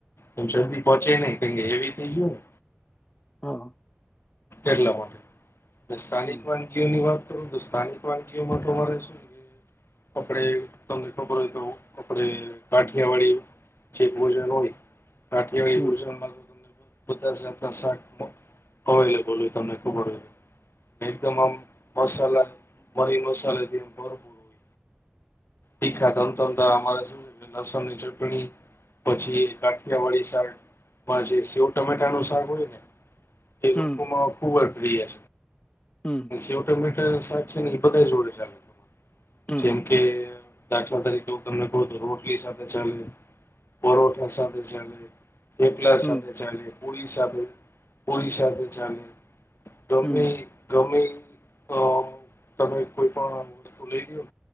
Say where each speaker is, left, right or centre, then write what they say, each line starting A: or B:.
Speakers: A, on the left; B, on the left.
A: શું છે જલ્દી પહોંચે નહી કે એવી થઈ ગયો ને.
B: હા
A: એટલા મન સ્થાનિક
B: હમ
A: વાનગીઓની વાત હિન્દુસ્તાનિ વાનગીઓમાં તમારે શું? આપણે તમને ખબર હોય તો આપણે કાઠિયા વાળી ચક વોજન હોય. રાઠિયાવાળી
B: હમ
A: ભણ બધા શાક અવેલેબલ હોય તમને ખબર હો એક હમ મસાલા મરી મસાલા દ એમ ભરપૂર હોય. તીખા તંતંતરરે જોય લસણની ચટણી પછી કાઠિયા વાળી શાકમાં જે સેવ ટમેટાનું શાક હોય ને એ
B: હમ
A: લોકો માં ખુબ. વીય
B: હમ
A: એ ઓટોમે સાચ છે ને એ બધા જોડે ચાલે
B: હમ
A: જેમ કે દાખલા તરીકે હું તમને કહું તો રોટલી સાથે ચાલે પરઠા સાથે ચાલે. થેપલે
B: હમ
A: તે ચા અને ઓડસાભ ઓડિશાથી ચાલે ગમેમે
B: હમ
A: ગમે અ તમે કોઈ પણ વસ્તુ લઈ જૂઓ.